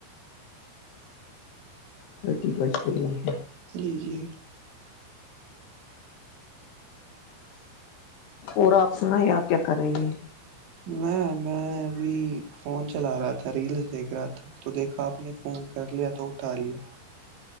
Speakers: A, on the left; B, on the right.
A: تھرٹی بچ گئی ہے
B: جی جی
A: اور آپ سن ہے آپ کیا کر رہی ہیں
B: میں میں ابھی فون چلا رہا تھا ریلس دیکھ رہا تھا تو دیکھا آپ نے فون کر لیا تو اٹھا لیا